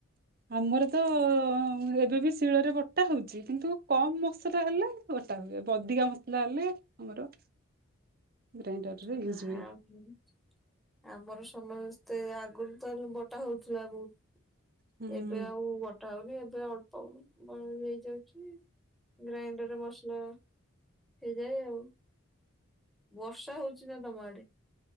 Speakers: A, on the right; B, in the centre.
A: ଆମର ତ-ଅ-ଅ-ଅ-ଅ ହୁଁ ଏବେ ବି ଶିଳରେ ବଟା ହଉଛି କିନ୍ତୁ କମ୍ ମସଲା ହେଲେ ବଟା ହୁଏ ଅଧିକା ମସଲା ହେଲେ ଆମର ଗ୍ରାଇଣ୍ଡରରେ
B: ନା
A: ୟୁଜ ହୁଏ
B: ଆଉ-ଉ-ଉ-ଉ ଆମର ସମସ୍ତେ ଆଗରୁ ତ ବଟା ହଉଥିଲା ବହୁତ।
A: ହୁଁ
B: ଏବେ ଆଉ ବ ଆହୁରି ଏବେ ଅଳ୍ପ ଅ-ଅ-ଅ ବନେଇ ହେଇଯାଉଛି ଗ୍ରାଇଣ୍ଡରରେ ମସଲା ହେଇ ଯାଏ ଆଉ। ବର୍ଷା ହଉଚି ନା ତମ ଆଡେ?